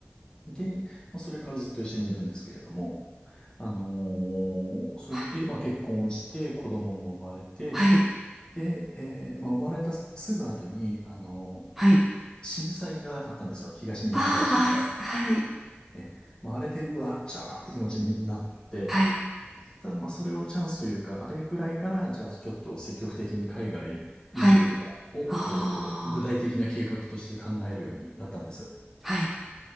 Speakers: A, on the left (about 20°); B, in the centre.
A: で、まあ、それからずっと一緒にいるんですけれども、あのーそれで、
B: はい、
A: まあ、結婚して、子供も生まれて、
B: はい、
A: で、えーまあ、生まれたすぐ後に、あの、
B: はい。
A: 震災があったんですよ。東日本大震災。
B: あああはい、
A: え、まあ、あれで、うわ、っちゃーって気持ちになって、
B: はい、
A: ただ、まあ、それをチャンスというか、あれぐらいから、じゃあ、ちょっと積極的に海外移住とかを、
B: はい。あ
A: こう、具体的な計画として考えるようになったんです。
B: あ、はい、